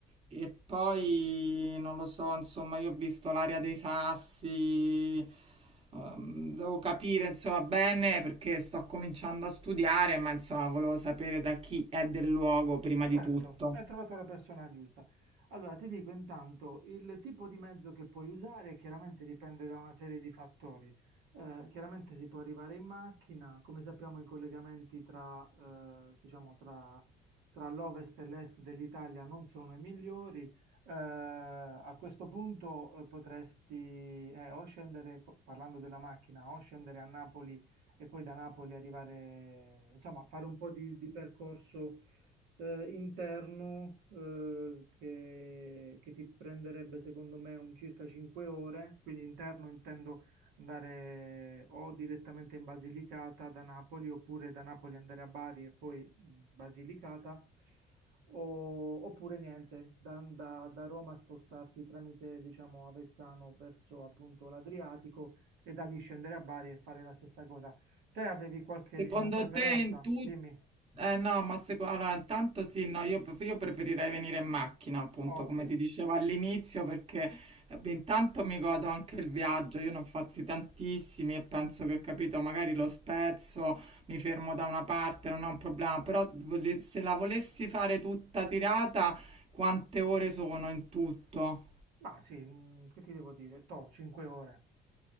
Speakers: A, on the right (about 35°); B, on the right (about 85°).
A: E poi non lo so, insomma, io ho visto l'area dei sassi, ehm, devo capire, insomma, bene perché sto cominciando a studiare, ma insomma, volevo sapere da chi è del luogo prima
B: Certo,
A: di tutto.
B: hai trovato la persona giusta. Allora, ti dico intanto, il tipo di mezzo che puoi usare chiaramente dipende da una serie di fattori. Eh, chiaramente si può arrivare in macchina, come sappiamo i collegamenti tra, eh, diciamo, tra, tra l'ovest e l'est dell'Italia non sono i migliori. Eh, a questo punto eh, potresti eh, o scendere, co- parlando della macchina, o scendere a Napoli e poi da Napoli arrivare, insomma, fare un po' di di percorso eh, interno eh, che, che ti prenderebbe secondo me un circa 5 ore, quindi interno intendo andare o direttamente in Basilicata da Napoli oppure da Napoli andare a Bari e poi Basilicata o- oppure niente, da, da- da Roma spostarti tramite diciamo Avezzano verso appunto l'Adriatico e da lì scendere a Bari e fare la stessa cosa. Te avevi qualche
A: Secondo
B: diciamo preferenza?
A: te in tutto...
B: Dimmi.
A: Eh no, ma seco- allora, intanto sì, no, io, pref- io preferirei venire in macchina, appunto,
B: Ok.
A: come ti dicevo all'inizio, perché eh, intanto mi godo anche il viaggio, io ne ho fatti tantissimi e penso che, capito, magari lo spezzo, mi fermo da una parte, non è un problema, però vole- se la volessi fare tutta tirata, quante ore sono in tutto?
B: Ma sì, mm, che ti devo dire? Toh, 5 ore.